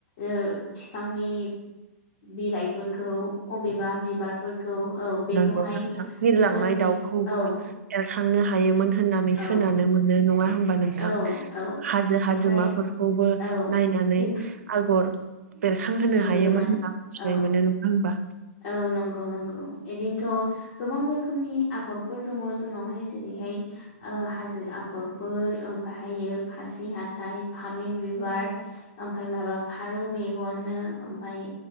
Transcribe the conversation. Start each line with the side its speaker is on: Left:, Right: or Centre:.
Left: ओ फिफांनि बिलाइफोरखौ अबेबा बिबारफोरखौ औ बेखौहाय
Right: नोंगौ नोंथां बिरलांनाय
Left: जोंनि
Right: दाउखौबो
Left: औ
Right: एरखांनो हायोमोन होननानै
Left: औ
Right: खोनानो मोनो नङा होम होमबा नोंथां
Left: औ औ
Right: हाजो हाजोमाफोरखौबो
Left: ओमफ्राय औ
Right: नायनानै
Left: बेखौ
Right: आगर बेरखांहोनो
Left: एरोमोन
Right: हायोमोन होनना मिथिनाय
Left: औ
Right: मोनो नङा होमबा।
Left: औ नंगौ नंगौ बिदिनोथ' गोबां रोखोमनि आगरफोर दङ। जोंनावहाय जेरैहाय आ हाज जो आगरफोर ओमफाहायो खासि हाथाइ फामे बिबार ओमफ्राय माबा फारौ मेगननो ओमफाय